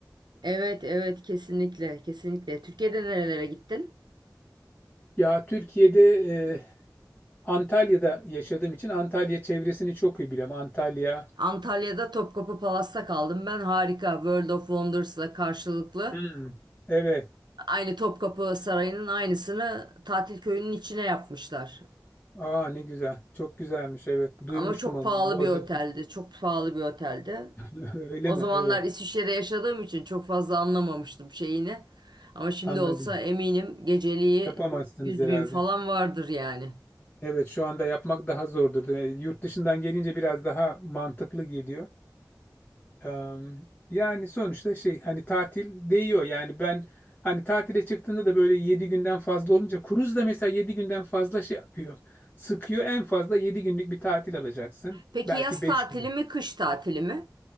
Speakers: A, on the right (about 85°); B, on the left (about 20°).
A: Evet evet kesinlikle kesinlikle. Türkiye'de nerelere gittin?
B: Ya Türkiye'de e, Antalya'da yaşadığım için Antalya çevresini çok iyi biliyorum. Antalya.
A: Antalya'da Topkapı Palas'ta kaldım. Ben harika World of Wonders'la karşılıklı.
B: Hmm. Evet.
A: Aynı Topkapı Sarayı'nın aynısını tatil köyünün içine yapmışlar.
B: Aa ne güzel. Çok güzelmiş. Evet. Duymuştum
A: Ama çok
B: onu.
A: pahalı
B: Bu
A: bir
B: arada.
A: oteldi. Çok pahalı bir oteldi.
B: <laughs> Öyle
A: O
B: mi?
A: zamanlar
B: Evet,
A: İsviçre'de yaşadığım için çok fazla anlamamıştım şeyini. Ama şimdi
B: anladım.
A: olsa eminim geceliği
B: Yapamazsınız
A: yüz
B: herhalde.
A: bin falan vardır yani.
B: Evet, şu anda yapmak daha zordur. Ee, Yurt dışından gelince biraz daha mantıklı geliyor. Eee, Yani sonuçta şey hani tatil değiyor. Yani ben hani tatile çıktığında da böyle 7 günden fazla olunca kruz da mesela 7 günden fazla şey yapıyor. Sıkıyor en fazla 7 günlük bir tatil alacaksın.
A: Peki
B: Belki
A: yaz
B: 5
A: tatili
B: gün.
A: mi kış tatili mi?